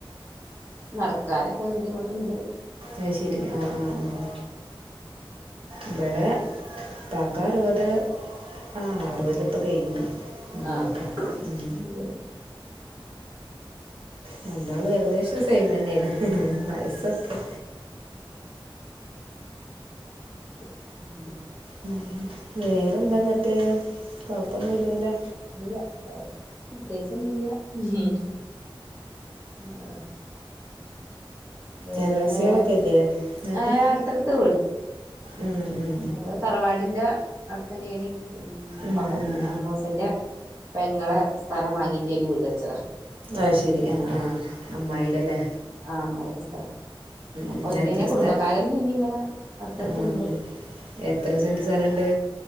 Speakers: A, on the right; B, on the right.
A: നടക്കാനൊക്കൊരു ബുദ്ധിമുട്ട്ണ്ട്
B: അത് ശെരി ആ ആ ആ ഇവിടെ പ്പാക്ക് അറുപത് ആ അറുപത് പ്പൊ കയ്ഞ് ഉമ്മാക്ക്
A: ആഹ് ആഹ്
B: ഉം
A: <inaudible>
B: രണ്ടാളും ഏകദേശം സെയിമെന്നേണ്
A: എന്താ
B: വയസ്സൊക്കെ
A: <inaudible>
B: ഉം വേറെന്താന്ന്ട്ട് കൊയ്പ്പൊന്നുല്ലല്ലോ
A: ഇല്ല പ്രത്യേകിച്ചൊന്നുല്ല ഉം ആ വേറെ
B: അയൽവാസികളൊക്കെല്ലേ ങ്ങക്ക്
A: ഏഹ് അടുത്തടുത്ത്
B: ഉം ഉം
A: അത് തറവാടിന്റെ അടുത്തെ ന്നെണി ഉം
B: ഉം
A: വെ
B: ഉം
A: അമ്മോസൻ്റെ പെങ്ങളെ സ്ഥലം വാങ്ങിറ്റോല് വീട് വെച്ചതാ
B: അത് ശെരി ആ ആ അമ്മായിടല്ലേ
A: ആ അമ്മായിടെ സ്ഥല അപ്പൊ
B: ഉം
A: ത്
B: എത്ര
A: ലെന്നെ കുടുംബക്കാരന്നെനിങ്ങനെ
B: സ്ഥലം
A: അട്ത്തട്ത്ത്ണ്ട്
B: ആഹ് എത്ര സെന്റ് സ്ഥലണ്ട്